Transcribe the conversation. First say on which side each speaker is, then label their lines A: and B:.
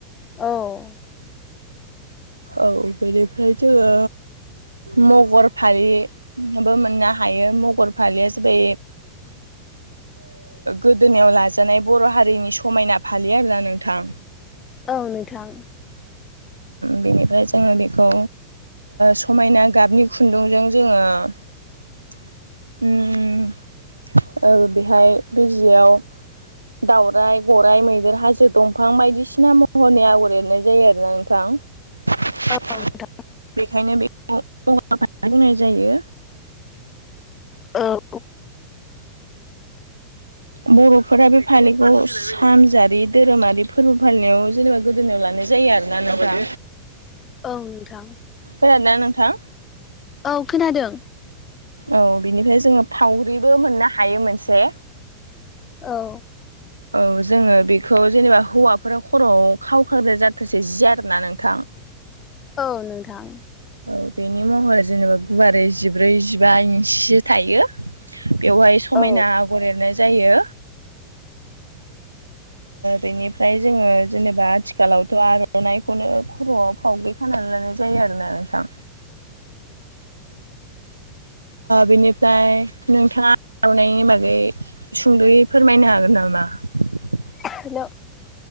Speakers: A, on the left; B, on the right.
A: औ
B: औ बेनिफ्राय जोङो मगर फारिबो मोननो हायो मगर खालि एसे बे गोदोनायाव लाजानाय बर' हारिनि समायना फालि आरोना नोंथां
A: औ नोंथां
B: बेनिफ्राय जोङो बेखौ समायना गाबनि खुन्दुंजों जोङो बेहाय बे जियाव दावराइ गराइ मैदेर हाजो दंफां बायदिसिना महरनि आगर एरनाय जायो आरो नोंथां
A: औ नोंथां
B: बेखायनो बेखौ बुंनाय जायो
A: औ
B: औ बर'फोरा बे फालिखौ सानजारि धोरोमारि फोरबो फालिनायाव जेनेबा गोदोनायाव लानो जायो आरो ना न'फ्रा
A: औ नोंथां
B: खोनादोंना नोंथां
A: औ खोनादों
B: औ बिनिफ्राय जोङो फावरिबो मोननो हायो मोनसे
A: औ
B: औ जोङो बेखौ जेनेबा हौवाफोरा खर'आव खावखादो जाथोंसै जि आरोना नोंथां
A: औ नोंथां
B: औ बेनि महरा जेनेबा गुवारै जिब्रै जिबा इन्सिसो थायो बेवहाय समायना
A: औ
B: आगर एरनाय जायो बेनिफ्राय जोङो जेनेबा आथिखालावथ' आर'नाइखौनो खर'आव फावगैखानाय लानाय जायो आरोना नोंथां बेनिफ्राय नोंथाङा आर'नायनि बागै सुंद'यै फोरमायनो हागोन नामा ना
A: हेल'